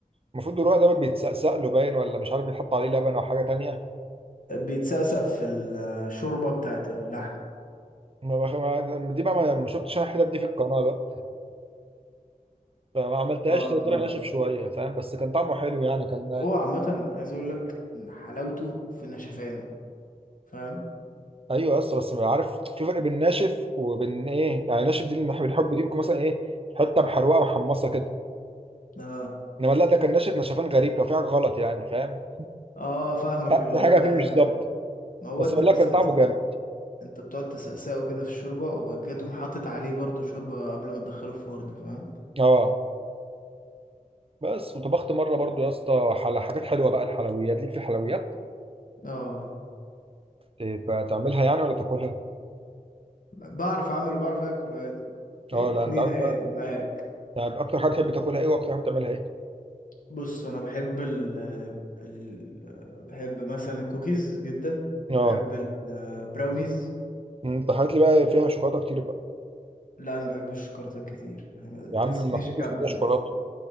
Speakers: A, on the right; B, on the left.
A: المفروض الرقع ده بيتسقسق له باين ولا مش عارف بيتحط عليه لبن او حاجه تانية
B: بيتسقسق في الشوربه بتاعت اللحمه
A: ما بخ... ما... دي بقى ما ما شفتش انا الحتت دي في القناه بقى فما عملتهاش
B: اه
A: طلع
B: فاهم
A: ناشف شويه فاهم بس كان طعمه حلو يعني كان
B: هو عامه عايز اقول لك إن حلاوته في نشفانه فاهم
A: ايوه بس بس ما عارف في فرق بين ناشف وبين ايه يعني ناشف دي اللي احنا بنحبه دي بتكون مثلا ايه حته محروقه ومحمصه كده
B: اه
A: انما لا ده كان ناشف نشفان غريب كان في حاجه غلط يعني فاهم
B: اه فاهمك اللي
A: في
B: هو
A: حاجه فيه
B: أيوة.
A: مش ظابطه
B: ما هو
A: بس
B: انت
A: والله
B: بس
A: كان طعمه جامد
B: انت بتقعد تسقسقه كده في الشوربه وبعد كده تقوم حاطط عليه برضو شوربه قبل ما تدخله الفرن فاهم
A: اه بس وطبخت مره برضو يا اسطى حل- حاجات حلوه بقى الحلويات ليك في الحلويات
B: اه
A: إيه، بتعملها يعني ولا تاكلها
B: بعرف اعمل وبعرف اكل عادي
A: اه
B: الاتنين
A: لا انت عارف
B: عادي
A: بقى
B: معاك
A: يعني اكتر حاجه بتحب تاكلها ايه واكتر حاجه بتعملها ايه
B: بص انا بحب ال ال بحب مثلا الكوكيز جدا وبحب
A: اه
B: البراونيز
A: انت حاجات لي بقى فيها شوكولاته كتير بقى
B: لا انا بحب الشوكولاته كتير ما
A: يا عم
B: تستنيش
A: المكوكس
B: اكمل
A: كلها شوكولاته
B: لسه